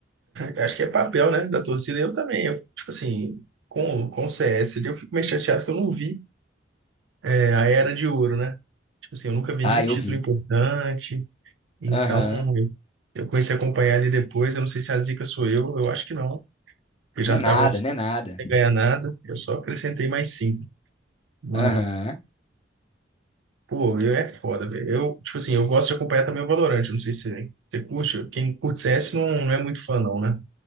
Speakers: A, on the right; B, on the left.
A: é, acho que é papel, né, da torcida. Eu também, eu, tipo assim, com, com o CS, ali, eu fico meio chateado que eu não vi é a era de ouro, né? Tipo assim, eu nunca vi
B: Ah,
A: nenhum
B: eu
A: título
B: vi.
A: importante, então
B: Aham.
A: eu, eu comecei a acompanhar ali depois. Eu não sei se a dica sou eu, eu acho que não, porque
B: Não
A: já
B: é nada,
A: tava
B: não é nada.
A: sem ganhar nada, eu só acrescentei mais cinco. Mas,
B: Aham.
A: pô, eu é foda, velho. Eu, tipo assim, eu gosto de acompanhar também o Valorant, eu não sei se você você curte, quem curte CS não, não é muito fã, não, né?